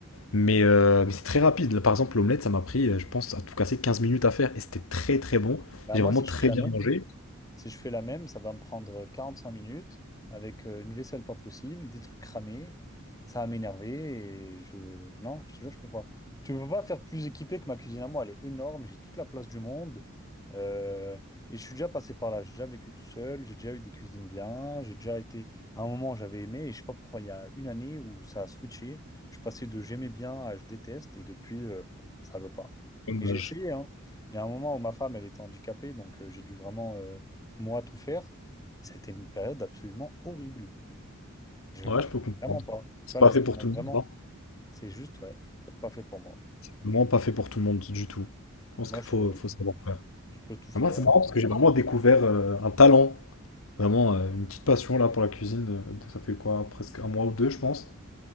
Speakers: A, on the left; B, on the left.
A: Mais, euh, mais c'est très rapide. Là, par exemple, l'omelette, ça m'a pris, euh, je pense, à tout casser 15 minutes à faire. Et c'était très très bon.
B: Bah,
A: J'ai
B: moi,
A: vraiment
B: si je
A: très
B: fais la
A: bien
B: même,
A: mangé.
B: Si je fais la même, ça va me prendre 45 minutes avec euh, une vaisselle pas possible, des trucs cramés. Ça va m'énerver et je... Non, je te jure, je peux pas. Tu peux pas faire plus équipé que ma cuisine à moi. Elle est énorme, j'ai toute la place du monde. Euh, Et je suis déjà passé par là. J'ai déjà vécu tout seul, j'ai déjà eu des cuisines bien. J'ai déjà été... À un moment, j'avais aimé et je sais pas pourquoi, il y a une année où ça a switché. Je suis passé de j'aimais bien à je déteste et depuis, euh, ça veut pas.
A: Dommage.
B: Et j'ai essayé, hein. Il y a un moment où ma femme, elle était handicapée, donc euh, j'ai dû vraiment... euh, moi, tout faire, ça a été une période absolument horrible. Je n'arrivais
A: Ouais, je peux comprendre.
B: vraiment pas. Tu
A: C'est
B: vois,
A: pas
B: là, c'était
A: fait pour
B: mon-
A: tout
B: vraiment,
A: le monde. hein.
B: c'est juste, ouais, pas fait pour moi.
A: Vraiment pas fait pour tout le monde du tout. Je pense
B: Moi,
A: qu'il
B: je,
A: faut, faut savoir faire.
B: je peux tout faire.
A: Mais Moi, c'est marrant parce que j'ai vraiment découvert euh, un talent, vraiment euh, une petite passion là pour la cuisine. euh, de- ça fait quoi, presque un mois ou deux, je pense,